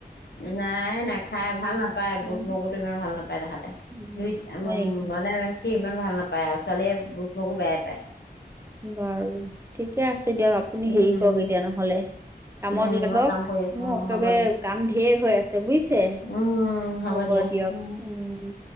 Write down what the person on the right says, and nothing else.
উম
উম,
হয় নেকি?
বাৰু ঠিক ঠিকে আছে দিয়ক আপুনি
হেৰি কৰক এতিয়া নহলে, কামত
লাগক,
মোৰ
একেবাৰে
কাম ধঢেৰ হৈ আছে বুজিছে,
হ'ব
দিয়ক,
উম।